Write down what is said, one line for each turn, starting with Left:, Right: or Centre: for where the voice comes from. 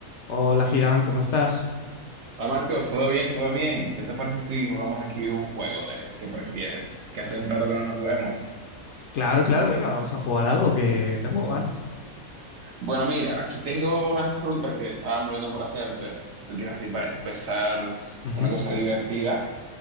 Left: Hola, Girán, ¿cómo estás?
Right: Hola Marcos, ¿todo bien? ¿Todo bien? ¿Qué te parece si jugamos aquí un juego de qué prefieres? Que hace un rato que no nos vemos.
Left: Claro, claro, venga, vamos a jugar algo que tengo ganas.
Right: Bueno, mira, aquí tengo unas preguntas que estaba muriendo por hacerte, si tú quieres así para empezar
Left: Ujú,
Right: una cosa divertida.